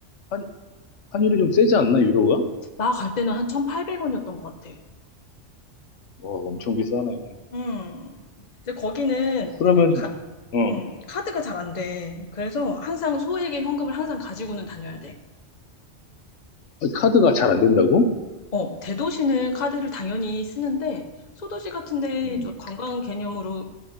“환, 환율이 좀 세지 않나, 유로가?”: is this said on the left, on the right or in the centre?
Left